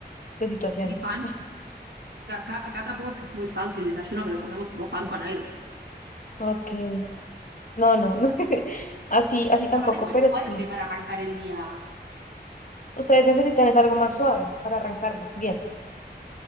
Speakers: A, on the left; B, on the right.
A: de situaciones.
B: ¿Y pan? Porque acá, acá tampoco es que es muy fancy el desayuno, pero comemos tipo pan con algo.
A: Ok, no, no, no. <laughs> Así, así tampoco,
B: Aparte es muy
A: pero
B: fuerte
A: sí.
B: para arrancar el día.
A: Ustedes necesitan es algo más suave para arrancarlo. Bien.